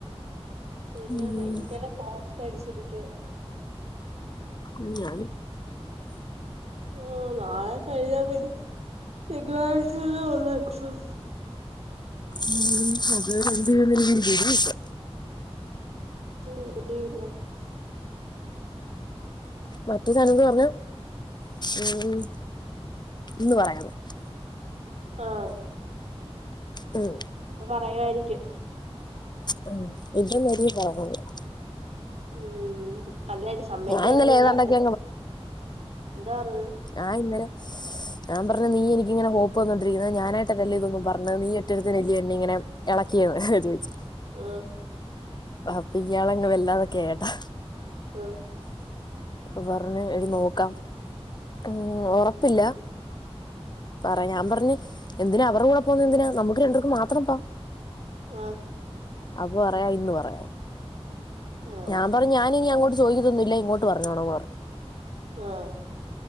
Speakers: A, on the right; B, on the left.
A: പിന്നെ
B: ഉം
A: ഭയ്ങ്കരെ. പോസ്റ്റ്‌ടിച്ചിരിക്ക്വ
B: ഉം ഞാനും.
A: ആഹ് നാളെ കഴിഞാ പിന്നെ തിങ്കളാഴ്ച്ചല്ലെ ഒള്ളു എക്സാം
B: ഉം അത് വരെ എന്തെയ്യുന്നെനിക്ക് ഒരു പിടിയില്ല
A: <unintelligible>
B: മറ്റേതാണേങ്കി പർഞ്ഞ ഉം ഇന്ന് പറയണം.
A: ആഹ്.
B: ഉം.
A: പറയ്വാരിക്കും.
B: ഉം ഇത് നെരി <unintelligible>
A: ഉം അല്ലെടി സമ്മയ്ക്കാരിക്കൂടി
B: ഞാൻ ഇന്നലെ ഏതാണ്ടൊക്കെ
A: അല്ല എന്തോറഞ്.
B: ആഹ് ഇന്നലെ. ഞാൻ പറഞ് നീ എനിക്കിങ്ങനെ ഹോപ്പന്നോണ്ടിരിക്ക്ന്നെ ഞാനായിട്ട് അല്ലലോ ഇതൊന്നും പർഞ്ഞേ നീ ഒറ്റരുത്തനല്ല്യോ എന്നെ ഇങ്ങെനെ. എളക്ക്യെത് ചോയ്ച്.
A: ആഹ്.
B: അപ്പ ഇയാളങ്ങ് വല്ലാതൊക്കേയട്ടാ.
A: ആഹ്.
B: പർഞ് എടി നോക്കാം ഉം ഒറപ്പില്ല. പറയ ഞാപർഞ്ഞ് എന്തിനാ അവറൂടെ പോന്നെന്തിനാ നമുക്ക് രണ്ടുർക്കും മാത്രം പ്പൊം
A: ആഹ്.
B: അപ്പറയാ ഇന്ന് പറയാം
A: ആഹ്
B: ഞാൻ പറഞ് ഞാനിനി അങ്ങോട്ട് ചോയിക്കതൊന്നുല്ല്യ ഇങ്ങോട്ട് പർഞ്ഞോണം ന്ന് പർഞ്.
A: ആഹ്.